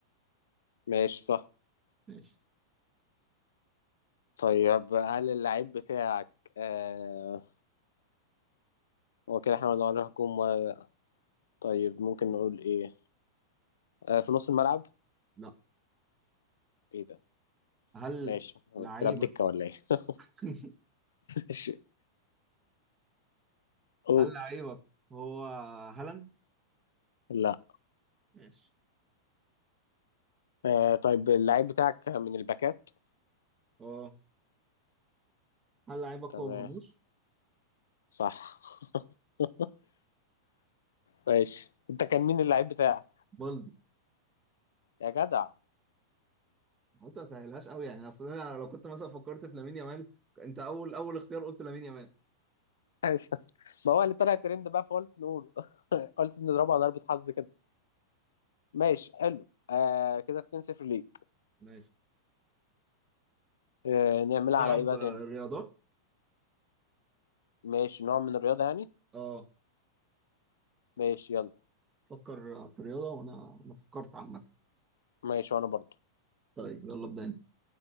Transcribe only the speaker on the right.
ماشي
لا.
هل
لعيبك
<laughs>
هل لعيبك هو هالاند؟
ماشي
اه هل لعيبك
هو مرموش؟
بلدي
قلت ما سهلهاش قوي يعني اصل انا لو كنت مثلا فكرت في لامين يامال انت اول اول اختيار قلت لامين يامال
ماشي
تلعب
آه،
رياضات؟
اه
فكر في رياضة وانا انا فكرت عامة
طيب يلا ابدا انت